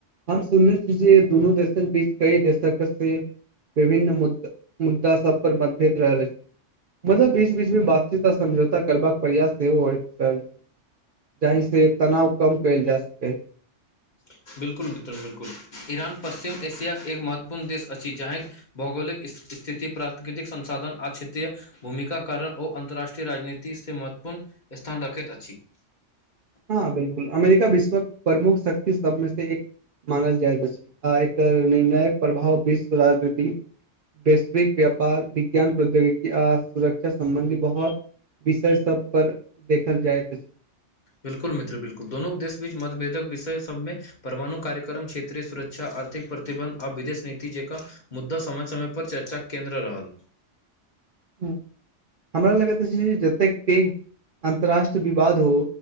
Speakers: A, on the right; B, on the left.
A: हम सुनने छी जे दुनू देशक बीच कई देशक से विभिन्न मुद् मुद्दा सब पर मतभेद रहल अछि। मतलब बीच बीचमे बातचीत आ समझौता करबाक प्रयास सेहो होयइत रहल छै। जहि से तनाव कम कयल जा सकै।
B: त। बिल्कुल बिलकुल बिलकुल ईरान पश्चिम एशियााक के एक महत्वपूर्ण देश अछि जहहि भौगोलिक स् स्थिति प्राकृतिक संसाधन क्षेत्रीय भूमिका कारण ओ अन्तर्राष्ट्रीय राजनीति से महत्वपूर्ण स्थान रखैत अछि। <unintelligible> <unintelligible>
A: हँ बिलकुल अमेरिका विश्व प्रमुख शक्त शमे से एक। मानल जाइत अछि आर एकर निर्णायक प्रभाव विश्व राजनीति। वैश्विक व्यापार विज्ञान प्रौद्योगिकी आ सुरक्षा सम्बन्धी बहुत। विषय सब पर देखल जाइत अछि।
B: बिल्कुल मित्र बिल्कुल दनू देश बीच मतभेदक विषय सभमे परमाणु कार्यक्रम क्षेत्रीय सुरक्षा अर्थ। प्रतिबन्ध आ विदेश नीति जेक मुद्दा समय समय पर चर्चा केन्द्र रहल।
A: ह हमरा लगैत छै जतेक पैघ अन्तर्राष्ट्रीय विवाद हो।